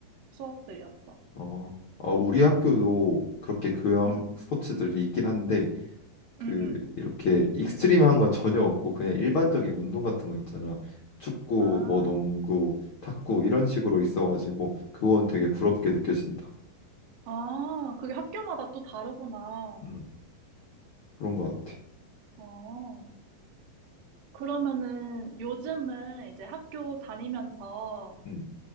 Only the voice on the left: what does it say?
어, 아, 우리 학교도 그렇게 교양
스포츠들이 있긴 한데 그
이렇게 익스트림한 건 전혀 없고 그냥 일반적인 운동 같은 거 있잖아. 축구,
뭐 농구, 탁구 이런
식으로 있어가지고 그건 되게 부럽게 느껴진다.
음, 그런 것 같아.
음.